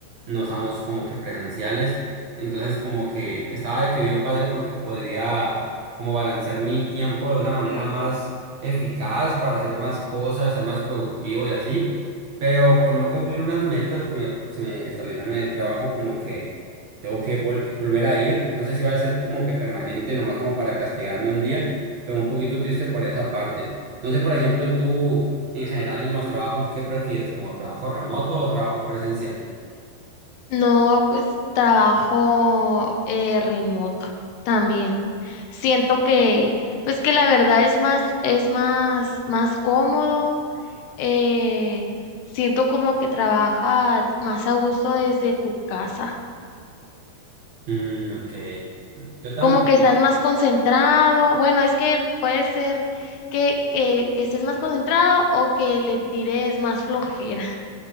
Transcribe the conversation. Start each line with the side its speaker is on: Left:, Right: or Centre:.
Right: no estamos como que presenciales, entonces como que estaba de que bien padre porque podría como balancear mi tiempo de una manera más eficaz para hacer más cosas, ser más productivo y así, pero por no cumplir unas metas que me, se me establecieron en el trabajo como que tengo que vol- eh, volver a ir. No sé si vaya a ser como que permanente, nomás como para castigarme un día, pero un poquito triste por esa parte. No sé, por ejemplo, tú en general en los trabajos, ¿qué prefieres? ¿Como trabajo remoto o trabajo presencial?
Left: No, pues trabajo eh, remoto también. Siento que, pues que la verdad es más, es más, más cómodo. eh, siento como que trabajas más a gusto desde tu casa,
Right: Mm, ok. Yo también.
Left: como que estás más concentrado. Bueno, es que puede ser que, que, que estés más concentrado o que le tires más flojera.